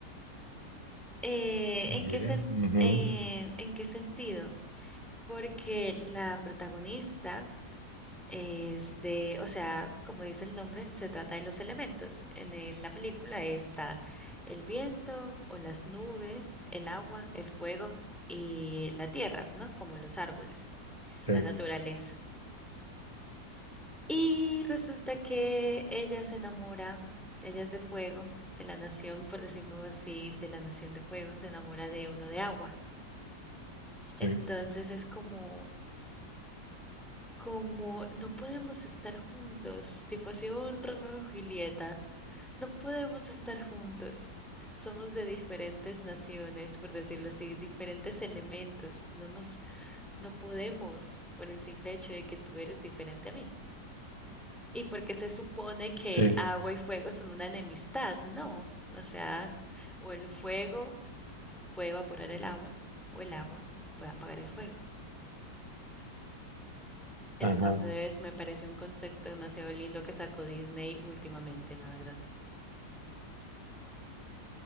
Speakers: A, in the centre; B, on the right (about 20°).
A: Eh, ¿en
B: mira.
A: qué sen-
B: Ujú.
A: en- en qué sentido? Porque la protagonista es de, o sea, como dice el nombre, se trata de los elementos. En, el- la película está el viento o las nubes, el agua, el fuego y la tierra, ¿no? Como los árboles,
B: Sí,
A: la naturaleza. Y resulta que ella se enamora, ella es de fuego, de la nación, por decirlo así, de la nación de fuego, se enamora de uno de agua.
B: sí,
A: Entonces es como, como no podemos estar juntos, tipo así un Romeo y Julieta, no podemos estar juntos. Somos de diferentes naciones, por decirlo así, diferentes elementos. No nos, no podemos por el simple hecho de que tú eres diferente a mí. Y porque se supone que
B: sí.
A: agua y fuego son una enemistad, no. O sea, o el fuego puede evaporar el agua, o el agua puede apagar el fuego. Entonces,
B: Ajá.
A: me parece un concepto demasiado lindo que sacó Disney últimamente, la verdad.